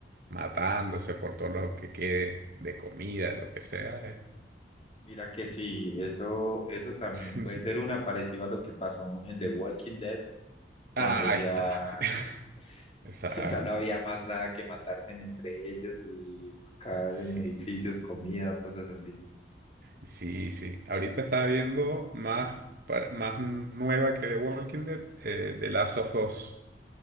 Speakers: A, on the right; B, on the left.
A: matándose por todo lo que quede de
B: <laughs>
A: comida, de lo que sea. eh.
B: Mira que sí, eso, eso también
A: <laughs>
B: puede ser una parecida a lo que pasó en The Walking Dead, cuando
A: Ah,
B: ya
A: Ahí está. <laughs> Exacto.
B: <laughs> Ya no había más nada que matarse en- entre ellos y buscar
A: Sí,
B: en edificios comida o cosas así.
A: sí, sí. Ahorita está viendo más, par- más nueva que The Walking Dead, eh, The Last of Us.